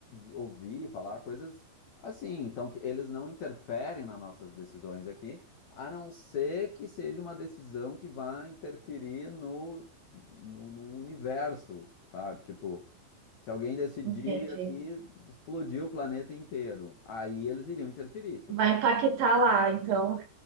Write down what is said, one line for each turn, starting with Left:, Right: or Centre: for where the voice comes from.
Left: ouvi falar, coisas assim, então que eles não interferem nas nossas decisões aqui, a não ser que seja uma decisão que vá interferir no, no, no universo, sabe? Tipo, se alguém decidir
Right: entendi.
Left: aqui explodir o planeta inteiro, aí eles iriam interferir, porque
Right: Vai impactar lá, então.